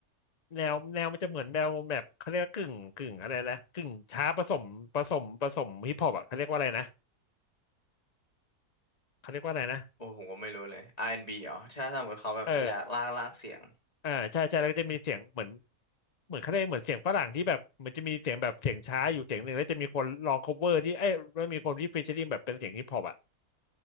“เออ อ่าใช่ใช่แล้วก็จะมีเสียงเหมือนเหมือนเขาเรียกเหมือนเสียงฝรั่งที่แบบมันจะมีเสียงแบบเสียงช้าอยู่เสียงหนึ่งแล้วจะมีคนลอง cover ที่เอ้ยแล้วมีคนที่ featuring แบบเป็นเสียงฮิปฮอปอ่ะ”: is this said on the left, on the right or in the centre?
Left